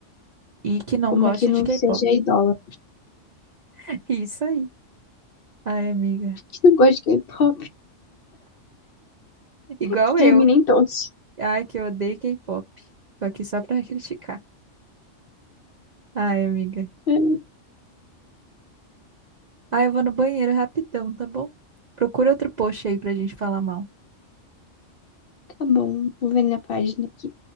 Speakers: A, on the right; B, on the left.
A: E que não
B: Uma
A: goste
B: que não
A: de K-pop.
B: seja idólatra,
A: <laughs> Isso aí. Ai, amiga.
B: que não gosta de K-pop,
A: Igual
B: <laughs> termina
A: eu.
B: em todos.
A: Ai, que eu odeio K-pop. Tô aqui só pra <laughs> criticar. Ai, amiga.
B: É,
A: Ai, eu vou no banheiro rapidão, tá bom? Procura outro post aí pra gente falar mal.
B: Tá bom, vou ver na página aqui.